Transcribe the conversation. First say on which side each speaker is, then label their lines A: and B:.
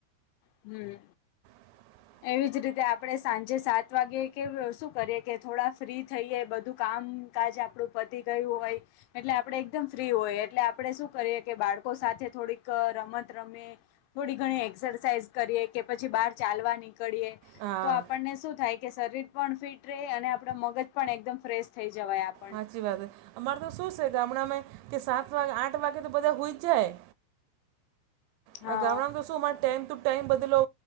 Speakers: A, on the left (about 80°); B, on the right (about 80°).
A: હમ્મ.
B: <inaudible>
A: એવી જ રીતે આપણે સાંજે સાત વાગે કે શું કરીએ કે થોડા ફ્રી થઈએ બધું કામ કાજ આપડું પતિ ગયું હોય એટલે આપડે એકદમ ફ્રી હોય એટલે આપડે શું કરીએ કે બાળકો સાથે થોડીક રમત રમીએ થોડી ઘણી એક્સરસાઇઝ કરીએ કે પછી બહાર ચાલવા નીકળીએ
B: હા
A: તો આપણને શું થાય કે શરીર પણ ફિટ રહે અને આપણા મગજ પણ એકદમ ફ્રેશ થઈ જવાય આમ.
B: હાચી વાત હે અમારે તો શું સે ગામડાંમાંએ કે સાત વાગ-આઠ વાગે તો બધા હુઈ જાય. આ
A: હા
B: ગામડામાં તો શું અમારે ટાઈમ ટુ ટાઈમ બદલો